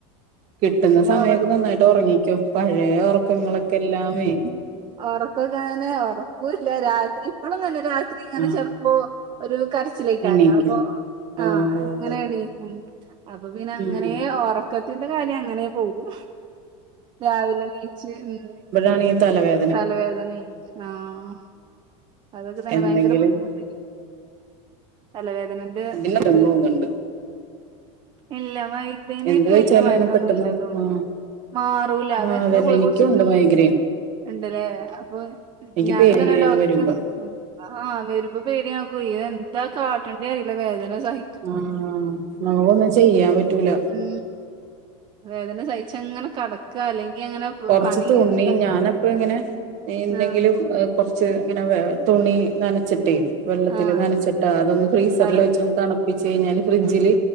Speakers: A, on the right (about 45°); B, on the right (about 30°).
A: കിട്ടുന്ന
B: പിന്നെ
A: സമയൊക്കെ
B: ഉറക്ക
A: നന്നായിട്ട് ഒറങ്ങിക്കോ പഴയ ഒറക്കങ്ങളൊക്കെ എല്ലാമേ
B: ഒറക്കൊക്കെ അങ്ങനെ ഒറക്കൂല്ല രാത്രി ഇപ്പഴും തന്നെ രാത്രി ഇങ്ങനെ
A: ആഹ്
B: ചെ ഓഹ് ഒരു കരച്ചിലേക്കാരാ
A: എണീക്കും
B: അപ്പൊ
A: ഓഹ്
B: ആഹ്
A: ഓഹ്
B: അങ്ങനെയാണെ
A: ഓഹ്
B: <unintelligible> അപ്പൊ പിന്നെ അങ്ങനെ
A: ഉം
B: ഒറക്കത്തിന്റെ കാര്യം അങ്ങനെ പോവും രാവിലെ ണീച്ച് ഉം
A: ആണേ തലവേ
B: തലവേദനെയെ ആഹ് അതൊക്കെ തന്നെ
A: എന്തെങ്കിലും
B: ഭയങ്കര ബുദ്ധിമുട്ടായി തലവേദനന്റെ
A: ഇതിനല്ലെന്ന്
B: ഇത്
A: തോന്നുന്നുണ്ട്
B: ഇല്ല മൈഗ്രെയിനായിട്ട്
A: എന്ത് കഴിച്ചാലും
B: വെല്യ മരുന്നൊന്നും
A: അങ്ങനെ പെട്ടെന്ന്
B: ഇല്ലാ തോന്ന്ണ്
A: ആഹ്
B: മാറൂലാ
A: ആഹ്
B: അത് എത്ര
A: അതന്നെ
B: ഗുളിക
A: എനിക്കുണ്ട്
B: കുടിച്ചിട്ടും
A: മൈഗ്രെയിൻ
B: ഉണ്ടല്ലേ അപ്പൊ
A: എനിക്ക്
B: ഞാനും
A: മൈഗ്രെയിൻ
B: തന്നെ ഡോക്
A: വരുമ്പോ
B: ആഹ് വരുമ്പോ പേടിയത് എന്താ കാട്ടേണ്ടി അറിയില്ല വേദന സഹ
A: ആഹ് നമുക്കന്നും ചെയ്യാൻ പറ്റൂല
B: ഉം വേദന സഹച്ച് അങ്ങനെ കിടക്ക അല്ലെങ്കി അങ്ങനെ പ-
A: കൊറച്ച
B: പണി
A: തുണി
B: ഇണ്ട
A: ഞാനപ്പ ഇങ്ങനെ എന്തെങ്കിലും
B: ആഹ്
A: കുറച്ച് ഇങ്ങനെ തുണി നനച്ചിട്ടേ വെള്ളത്തില്ൽ
B: ആഹ്
A: നനച്ചിട്ടാ അതൊന്ന് ഫ്രീസറിൽ
B: തല
A: വെച്ച്ന്ന് തണുപ്പിച്ചച്ച് കഴിഞ്ഞാല് ഫ്രിഡ്ജില്